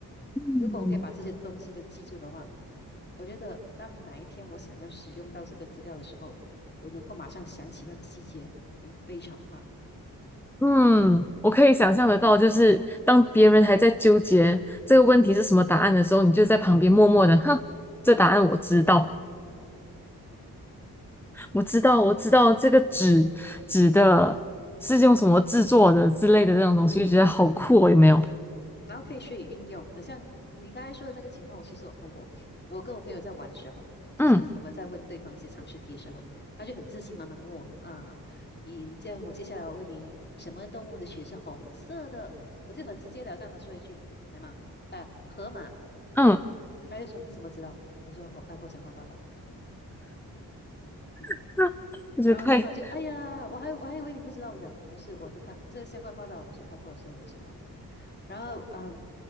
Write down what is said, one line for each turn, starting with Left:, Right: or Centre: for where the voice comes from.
Centre: 嗯。
Left: 如果我可以把这些东西都记住的话，我觉得当哪一天我想要使用到这个资料的时候，我能够马上想起它的细节，然后非常棒。
Centre: 嗯，我可以想象得到，就是当别人还在纠结这个问题是什么答案的时候，你就在旁边默默的，哼，这答案我知道，我知道，我知道这个纸纸的是用什么制作的之类的这种东西，
Left: 嗯。
Centre: 就觉得好酷哦，有没有？
Left: 然后可以学以运用。呃，像你刚才说的那个情况，我其实有碰过。我跟我朋友在玩的时候，就是我们在问对方一些常识题的时候，
Centre: 嗯
Left: 他就很自信满满的问我啊，你这样，我接下来我问你，什么动物的血是红色的？我就很直截了当的说一句，海马，呃，河马。
Centre: 嗯，
Left: 他就说你怎么知道？我说我看过相关报道。嗯，
Centre: <laughs> 那我觉得太，
Left: 然后对方就哎呀，我还我还以为你不知道，我讲没事，我就看这个相关报道，我是看过，所以我知道。然后，嗯，